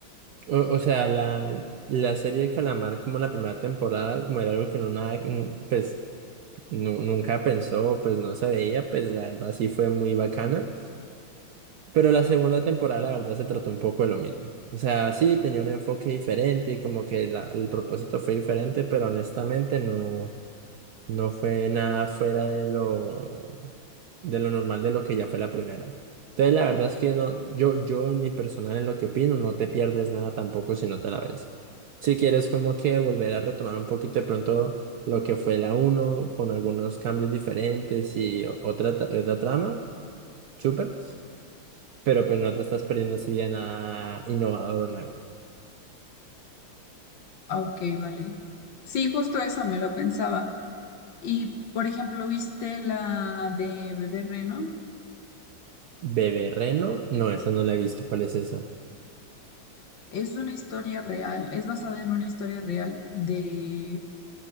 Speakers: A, on the right (about 65°); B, on the left (about 65°).
A: O, o sea, la, la serie de Calamar como la primera temporada, como era algo que no nada, n- pues nu- nunca pensó, pues no se veía, pues la verdad sí fue muy bacana. Pero la segunda temporada la verdad se trató un poco de lo mismo. O sea, sí tenía un enfoque diferente y como que la- el propósito fue diferente, pero honestamente no. No fue nada fuera de lo, de lo normal de lo que ya fue la primera. Entonces, la verdad es que no, yo, yo en mi personal, en lo que opino, no te pierdes nada tampoco si no te la ves. Si quieres como que volver a retomar un poquito de pronto lo que fue la uno con algunos cambios diferentes y o- otra, tra- otra trama, súper, pero pues no te estás perdiendo así de nada innovador o nuevo.
B: Ah, Ok, vale. Sí, justo eso me lo pensaba. Y, por ejemplo, ¿viste la de Bebé Reno?
A: Bebé Reno, no, esa no la he visto, ¿cuál es esa?
B: Es una historia real, es basada en una historia real de